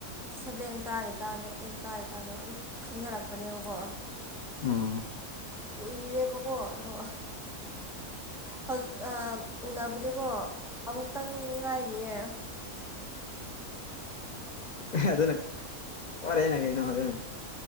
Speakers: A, in the centre; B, on the left (about 70°).
A: ꯁꯚꯦꯟ ꯀꯥꯔꯤꯀꯥꯟꯗꯣ ꯑꯩꯠ ꯀꯥꯔꯤꯀꯥꯟꯗꯣ ꯑꯗꯨ ꯈꯪꯅꯔꯛꯄꯅꯦꯕꯀꯣ
B: ꯎꯝ
A: ꯀꯨꯏꯔꯦꯕꯀꯣ ꯑꯗꯣ ꯍꯧꯖꯤꯛ ꯎꯅꯕꯗꯤꯀꯣ ꯑꯃꯨꯛꯇꯪ ꯉꯥꯏꯔꯤꯌꯦ
B: ꯍꯥ ꯑꯗꯨꯅ <unintelligible> ꯀꯩꯩꯅ ꯍꯦꯅꯦ